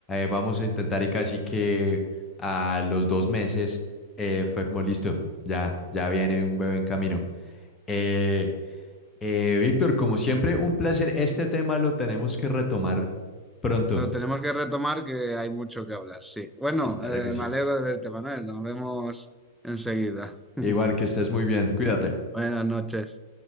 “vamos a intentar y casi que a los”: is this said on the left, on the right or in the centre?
Left